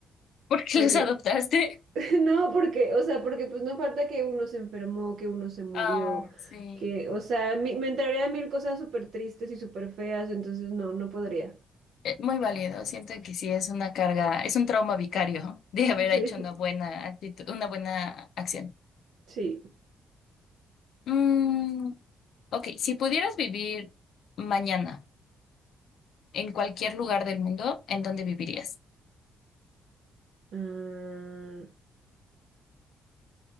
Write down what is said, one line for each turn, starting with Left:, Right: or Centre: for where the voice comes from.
Left: ¿Por qué
Right: Porque,
Left: <laughs> los adoptaste?
Right: <laughs> no, porque, o sea, porque pues no falta que uno se enfermó, que uno se murió,
Left: Ah, sí.
Right: que, o sea, mi- me entraría a mil cosas súper tristes y súper feas, entonces no, no podría.
Left: Eh, Muy válido. Siento que sí es una carga, es un trauma vicario de haber
Right: <laughs> Sí,
Left: hecho una buena actitud, una buena acción.
Right: sí.
Left: Mm, ok, si pudieras vivir mañana en cualquier lugar del mundo, ¿en dónde vivirías?
Right: Ah,